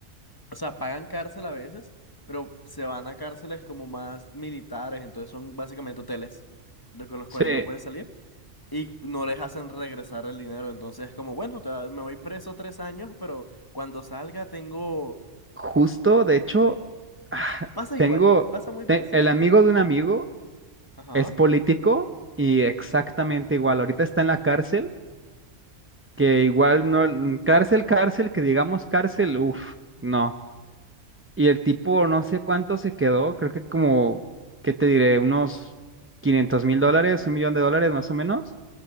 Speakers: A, on the left; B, on the right.
A: o sea, pagan cárcel a veces, pero se van a cárceles como más militares, entonces son básicamente hoteles de con los
B: Sí,
A: cuales no pueden salir y no les hacen regresar el dinero. Entonces es como, bueno, te va- me voy preso tres años, pero cuando salga tengo...
B: justo, de hecho, ah,
A: Pasa
B: tengo
A: igual, pasa muy parecido.
B: te- el amigo de un amigo
A: Ajá.
B: es político y exactamente igual. Ahorita está en la cárcel que igual no, mm, cárcel, cárcel, que digamos cárcel, uff, no. Y el tipo no sé cuánto se quedó, creo que como, ¿qué te diré? Unos quinientos mil dólares, un millón de dólares más o menos.